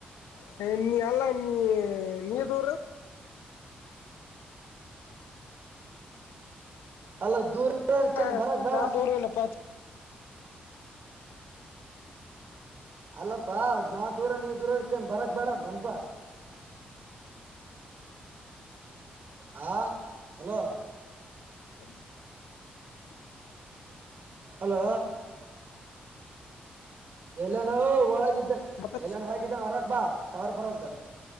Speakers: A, on the left; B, on the right.
A: ಹ ನೀ ಅಲ್ಲ ನೀ ನೀ ದೂರ
B: ಅಲ್ಲ ದೂರ ಇರೋದಕ್ಕೇನ್
A: ಹ
B: ಬರಕ್ ಬೇಡ
A: ನಾ ತೋರಲ್ಲಪ್ಪಾ
B: ಅಲ್ಲಪಾ ನಾ ದೂರ ನೀವ್ ದೂರದಕ್ಕೇಏನ್ ಬರಕ್ ಬೇಡಂತನ್ಪಾ ಹ ಹಲೋ
A: ಹ <unintelligible>
B: ಹಲೋ ಎಲ್ಲನೋವು ಒಳಗಿದ್ದ
A: ಮತ್ತ
B: ಎಲ್ಲನ ಒಳಗಿದ್ದನ ಹೊರಕ್ ಬಾ ಅವವರ್ ಬರಲ್ತ್